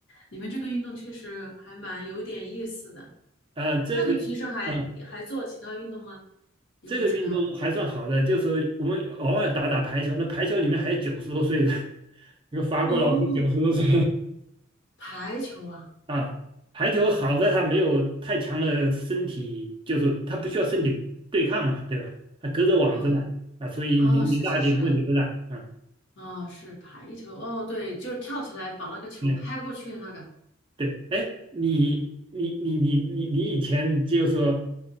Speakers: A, on the left; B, on the right.
A: 你们这个运动确实还蛮有点意思的。
B: 啊、这个
A: 那你平时还还做其他运动吗？
B: 啊。
A: 有没有其他？
B: 这个运动还算好的，就是我们偶尔打打排球，那排球里面还有九十多岁的，一个法国老头九十多岁
A: 哦，排球啊，
B: <laughs> 啊。排球好在他没有太强的身体，就是他不需要身体对抗嘛，对吧？他隔着网子嘛，
A: 哦
B: 啊，所以年纪大一点问题不大，
A: 哦，是是是，
B: 啊
A: 哦，是排球，哦，对，就是跳起来把那个球拍过去的那个。
B: 嗯。对，哎，你你你你你你以前就说